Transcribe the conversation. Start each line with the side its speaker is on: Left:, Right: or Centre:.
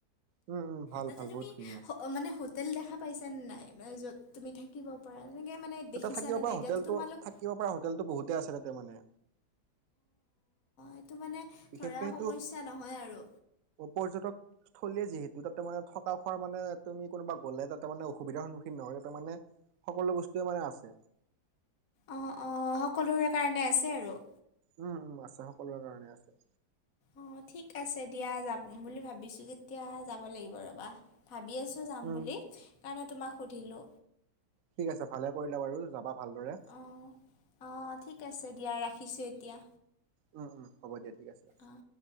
Right: উম উম ভাল
Left: তাতে
Right: ভাল
Left: তুমি
Right: বহুত ধুনীয়া।
Left: অ' মানে হোটেল দেখা পাইছানে নাই মানে য'ত তুমি থাকিব পৰা তেনেকে মানে দেখিছানে
Right: তাতে থাকিব পৰা
Left: নাই এতিয়াতো
Right: হোটেলটো
Left: তোমালোক
Right: থাকিব পৰা হোটেল টো বহুতে আছে তাতে মানে
Left: সেইটো মানে
Right: বিশেষকে
Left: ধৰা
Right: সেইটো
Left: সমস্যা নহয় আৰু
Right: পৰ্যটক। স্থলীয়ে যিহেতু তাতে মানে থকা খোৱাৰ মানে তুমি কোনোবা গ'লে তাতে মানে অসুবিধাৰ সন্মুখীন নহয় তাতে মানে সকলো বস্তুৱে মানে আছে।
Left: অ' অ' সকলোৰে কাৰণে আছে আৰু?
Right: উম, উম আছে সকলোৰে কাৰণে আছে।
Left: অ' ঠিক আছে দিয়া যাম বুলি ভাবিছো যেতিয়া যাব লাগিব ৰ'বা ভাবি আছো। যাম
Right: উম
Left: বুলি কাৰণে তোমাক সুধিলো।
Right: ঠিক আছে ভালে কৰিলে বাৰু যাবা ভালদৰে।
Left: অ' অ' ঠিক আছে দিয়া ৰাখিছোঁ এতিয়া
Right: উম, উম হ'ব দিয়া ঠিক আছে।
Left: অঁ